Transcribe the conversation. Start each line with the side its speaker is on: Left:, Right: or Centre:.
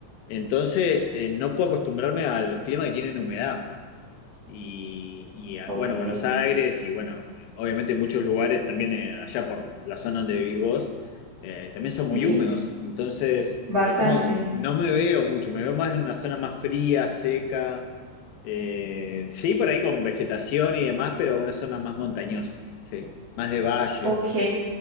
Left: Entonces, eh, no puedo acostumbrarme a los climas que tienen humedad. y, y, a-
Right: Ok,
Left: bueno, Buenos Aires y bueno, obviamente muchos lugares también eh, allá por la zona donde vivís vos, eh, también son
Right: sí,
Left: muy húmedos, entonces
Right: bastante.
Left: es como que no me veo mucho, me veo más en una zona más fría, seca, eh, sí, por ahí con vegetación y demás, pero una zona más montañosa, sí, más de valle,
Right: Ok.